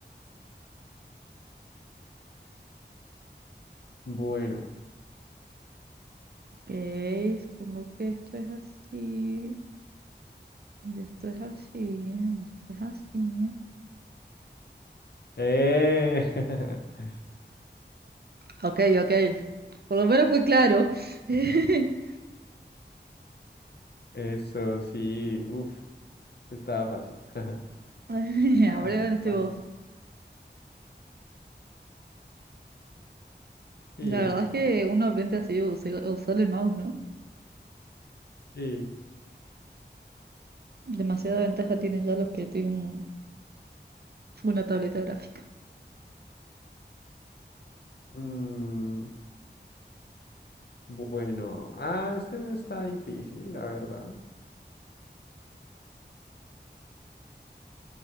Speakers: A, on the left; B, on the right.
A: Bueno.
B: Ok, supongo que esto es así. Y esto es así, y esto es así.
A: Eh, <laughs>
B: Ok, ok. Por lo menos fue claro. <laughs>
A: eso sí. Uf, estaba fácil. <laughs>
B: <laughs> Ahora
A: Estaba
B: estoy
A: fácil,
B: vos.
A: fácil. Sí,
B: La verdad
A: estaba
B: es que
A: fácil.
B: uno aprende así a usa- a usar el mouse, ¿no?
A: Sí.
B: Demasiada ventaja tienen ya los que tienen una tableta gráfica.
A: Mm, bueno. Ah, este no está difícil, la verdad.